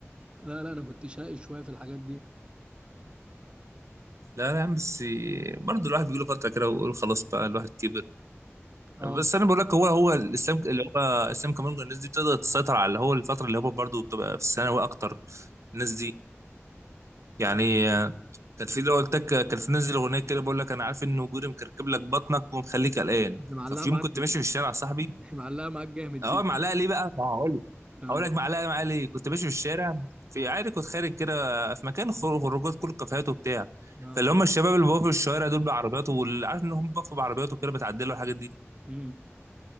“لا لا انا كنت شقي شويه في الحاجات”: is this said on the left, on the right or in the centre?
Right